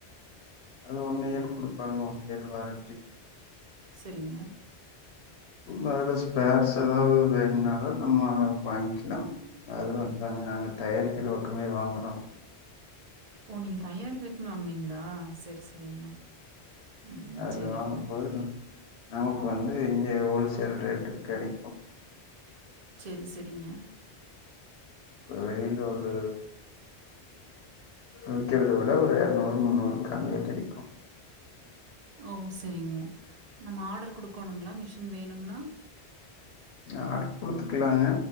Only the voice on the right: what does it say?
செரிங்க
ஓ நீங்க தயார் வெக்ணு வாங்னீங்ளா செரி செரிங்க ம்
செரி
போறோம்
செரி செரிங்க
ஓம் செரிங்க நம்ம ஆடரு குடுக்கணுங்ளா மிஷின் வேணும்னா